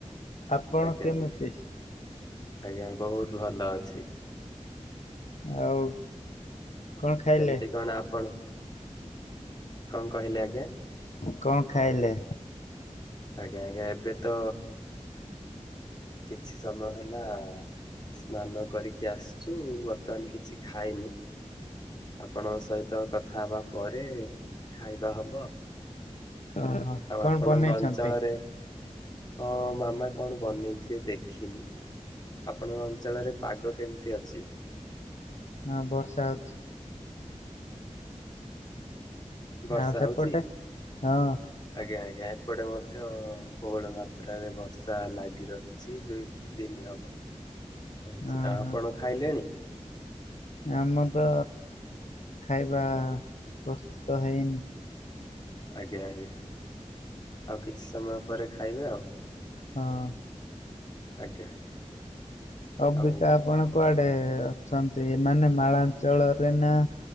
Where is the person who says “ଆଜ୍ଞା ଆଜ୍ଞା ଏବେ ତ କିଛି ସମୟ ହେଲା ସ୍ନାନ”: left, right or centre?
Left